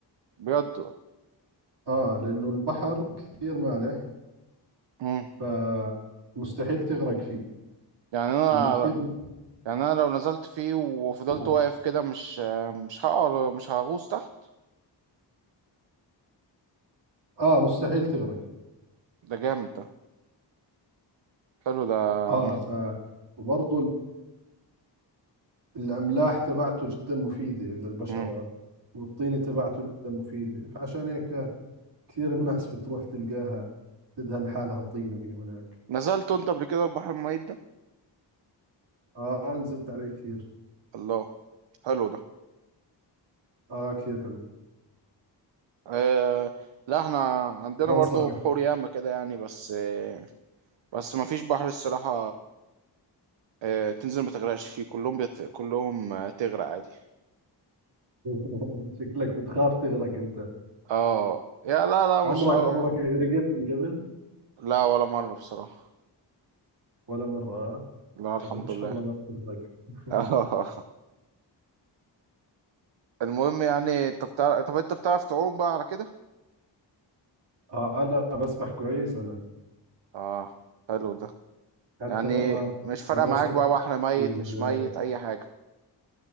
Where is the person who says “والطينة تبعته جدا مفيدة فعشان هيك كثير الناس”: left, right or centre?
Right